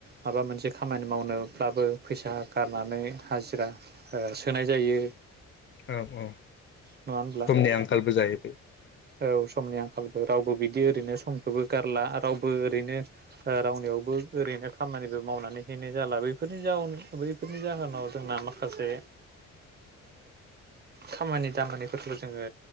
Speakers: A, on the right; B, on the left.
A: माबा मोनसे खामानि मावनोब्लाबो फैसा गारनानै हाजिरा ओ सोनाय जायो।
B: औ औ
A: नङा होमब्ला
B: समनि आंखालबो जायो।
A: औ समनि आंखालबो रावबो बिदि ओरैनो समखौबो गारला रावबो ओरैनो ओ रावनियावबो ओरैनो खामानिबो मावनानै हैनाय जाला बैफोरनि जाउन बैफोरनि जाहोनाव जोंना माखासे खामानि दामानिफोरखौ जोङो